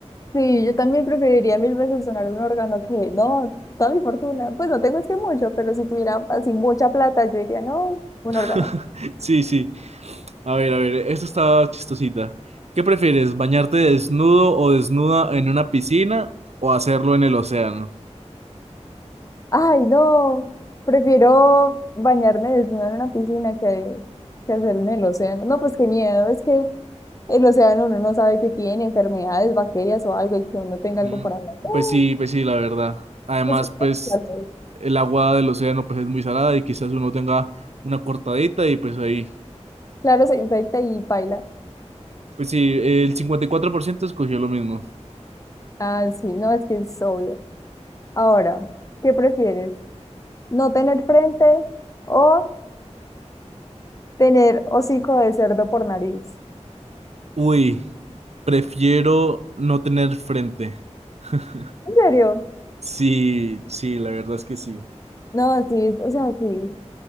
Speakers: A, on the left; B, on the right.
A: Sí, yo también preferiría mil veces donar un órgano que, no, toda mi fortuna. Pues no tengo es que mucho, pero si tuviera así mucha plata, yo diría, no, un
B: <laughs>
A: órgano.
B: Sí, sí. A ver, a ver, esto está chistosita. ¿Qué prefieres, bañarte desnudo o desnuda en una piscina o hacerlo en el océano?
A: Ay, no, prefiero bañarme desnuda en una piscina que, que hacerlo en el océano. No, pues qué miedo, es que el océano uno no sabe que tiene enfermedades, bacterias o algo y que uno tenga
B: Mm,
A: algo por ahí. No,
B: Pues sí, pues sí, la verdad. Además,
A: es que-
B: pues
A: claro,
B: el agua del océano pues es muy salada y quizás uno tenga una cortadita y pues ahí.
A: claro, se infecta y paila.
B: Pues sí, el 54% escogió lo mismo.
A: Ah, sí, no, es que es obvio. Ahora, ¿qué prefieres? ¿No tener frente? o Tener hocico de cerdo por nariz.
B: Uy, prefiero no tener frente. <laughs>
A: ¿En serio?
B: Sí, sí, la verdad es que sí.
A: No, sí, o sea, sí.